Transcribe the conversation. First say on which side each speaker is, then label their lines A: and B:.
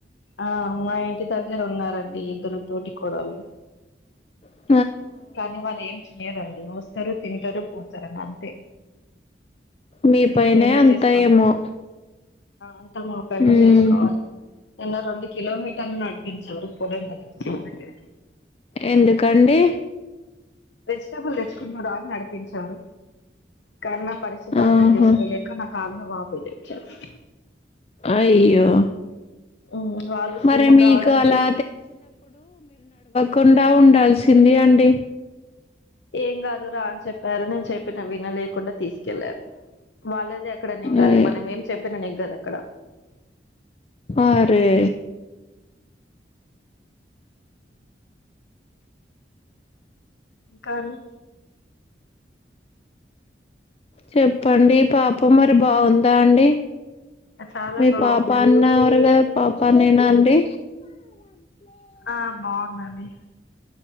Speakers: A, on the left; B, on the left.
A: ఆ మా ఇంటి దగ్ <unintelligible> ఉన్నారండి ఇద్దరు తోటి కొడవలి
B: ఆ
A: కానీ వాళ్ళు ఏం చెయ్యరండి వస్తారు తింటరు పో తరనంతే
B: మీ
A: అన్ని
B: పైనే
A: మేమే
B: అంతా
A: చేసుకోవాలి
B: ఏమో
A: అంతా మా పైనే
B: ఉమ్.
A: చేసుకోవాలి నిన్న రెండు కిలోమీటర్లు నడు <unintelligible> దగ్గిరకి
B: ఎందుకండి
A: వెజిటబుల్ తెచ్చుకుందువు రా అని నడిపించారు కాని నా పరిస్థితి అర్థం
B: ఆహా
A: చేసుకోలేక నా కాళ్ళుని వాపులు తెచ్చారు
B: అయ్యో
A: మ్ వాళ్ళు
B: మరి
A: స్లిమ్ము
B: మీకు
A: కావడానికి
B: అలా కుండా ఉండాల్సింది అండి
A: ఏం కాదురా అన్ చెెప్ వరునే చెప్పిన వినలేకుండా తీసుకెళ్లారు వాళ్ళదే అక్కడ నెగ్గాలి
B: అయ్
A: మనం ఏం చెప్పినా నెగ్గదు అక్కడ
B: అరే
A: కానీ
B: చెప్పండి పాప మరి బావుందా అండి
A: చాలా
B: మీ
A: బాగుందండి
B: పాప అన్నారుగా పాప నేనా అండి
A: ఆ బావుందండి